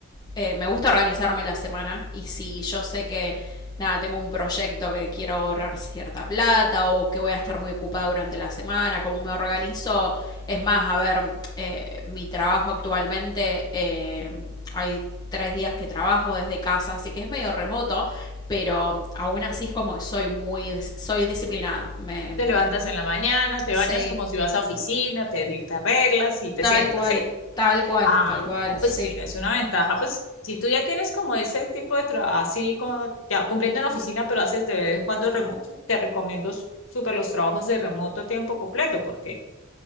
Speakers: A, on the left; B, on the left.
A: eh, me gusta organizarme la semana y si yo sé que, nada, tengo un proyecto que quiero ahorrar cierta plata o que voy a estar muy ocupada durante la semana, cómo me organizo, es más, a ver, eh, mi trabajo actualmente, eh, hay tres días que trabajo desde casa, así que es medio remoto, pero aún así es como que soy muy, dis- soy disciplinada. Me, me,
B: Te levantas en la mañana, te
A: Sí,
B: bañas como si vas a oficina, te, te arreglas y te
A: tal
B: sientas,
A: cual,
B: ¿sí?
A: tal cual,
B: Ah,
A: tal cual,
B: no,
A: sí.
B: pues tienes una ventaja, pues si tú ya tienes como ese tipo de trabajo, así como ya cumpliendo en oficina, pero haces de vez en cuando remoto, te recomiendo s- súper los trabajos de remoto a tiempo completo, porque